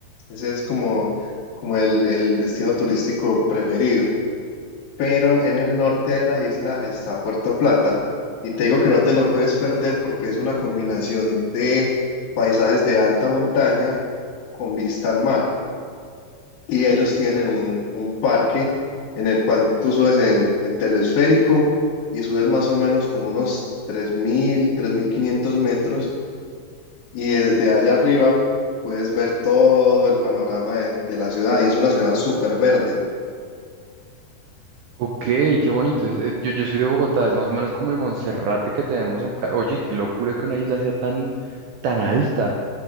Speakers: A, on the left; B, on the right.
A: Ese es como, como el, el destino turístico preferido. pero en el norte de la isla está Puerto Plata. Y te digo que no te lo puedes perder porque es una combinación de paisajes de alta montaña con vista al mar. Y ellos tienen un, un parque en el cual tú subes en, en telesférico y subes más o menos como unos tres tres mil tres mil quinientos metros. Y desde allá arriba puedes ver todo el panorama de, de la ciudad. Y es una ciudad súper verde.
B: Ok, qué bonito. es- eh, Yo, yo soy de Bogotá, es más o menos como el Monserrate que tenemos acá. Oye, qué locura que una isla sea tan, tan alta.